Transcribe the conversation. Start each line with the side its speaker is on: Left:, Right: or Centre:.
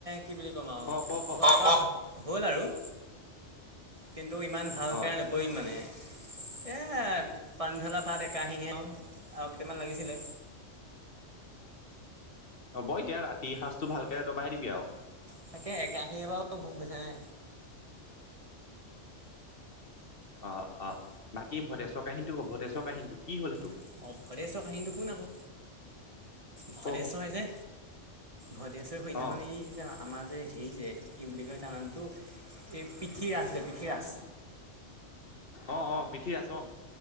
Right: কি বুলি ক'ম আৰু
Left: অ ক ক
Right: হল আৰু কিন্তু ইমান ভালকে
Left: অ
Right: নপৰিল মানে। এই পানী ঢলা ভাত এক কাহীহে আৰু কেইটামান লাগিছিলে।
Left: হ'ব এতিয়া ৰাতি সাঁজটো ভালকে দবাই দিবি আৰু।
Right: তাকে একাহী বাৰু ভোক <unintelligible> নে।
Left: অ', অ' বাকী ভটেশ্বৰ কাহিনটো ভটেশ্বৰ কাহিনীটো কি হ'ল সেইটো?
Right: অ' ভদেশ্বৰ কাহিনী তো শুন আকৌ। ভদেশ্বৰে
Left: ক ক
Right: যে ভদেশ্বৰ <unintelligible>
Left: অ
Right: এই যে আমাৰ যে হেৰি যে কি বুলি কয় তাৰ নামটো এই পিঠিৰাচ দে পিঠিৰাচ
Left: অ', অ' পিঠিৰাছ অ'